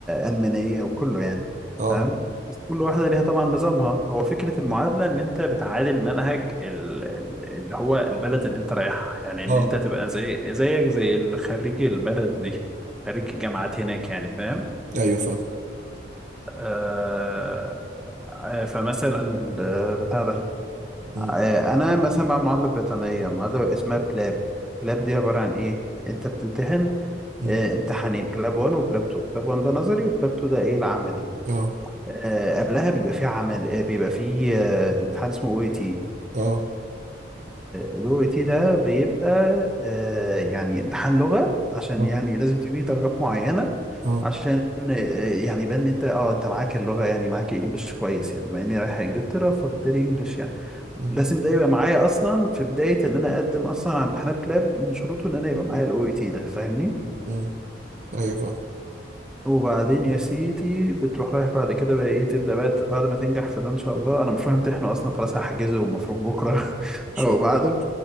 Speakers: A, in the centre; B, on the right.
A: ألمانية وكله يعني
B: اه
A: تمام بس كل واحدة ليها طبعا نظامها هو فكرة المعادلة إن أنت بتعادل منهج ال- ال- اللي هو البلد اللي أنت رايحها يعني إن
B: اه
A: أنت تبقى زي زيك زي الخريج البلد دي خريج الجامعات هناك يعني فاهم
B: ايوه فاهم
A: آه آه، فمثلا ال- بتاع ده
B: امم
A: آه، انا مثلا بعمل معادله بريطانيه معادله اسمها بلاب بلاب دي عباره عن ايه انت بتمتحن
B: امم
A: آه، امتحانين بلاب 1 وبلاب 2 بلاب 1 ده نظري وبلاب 2 ده ايه العملي
B: اه
A: آه، قبلها بيبقى في عمل آه، بيبقى في آه، امتحان اسمه او اي تي
B: اه
A: الاو اي تي ده بيبقى آه، يعني امتحان لغه عشان
B: اه
A: يعني لازم تجيب درجات معينه
B: اه
A: عشان آه، يعني يبان ان انت اه انت معاك اللغه يعني معاك انجلش كويس يعني بما اني رايح انجلترا فبالتالي انجلش يعني
B: امم
A: لازم ده يبقى معايا اصلا في بدايه ان انا اقدم اصلا على امتحانات لاب من شروطه ان انا يبقى معايا الاو اي تي ده فاهمني
B: امم ايوه فاهم
A: وبعدين يا سيدي بتروح رايح بعد كده بقى ايه تبدا بقى ت- بعد ما تنجح في ده ان شاء الله انا مش رايح امتحنه اصلا خلاص هحجزه المفروض بكره <laughs> او
B: شويه
A: بعده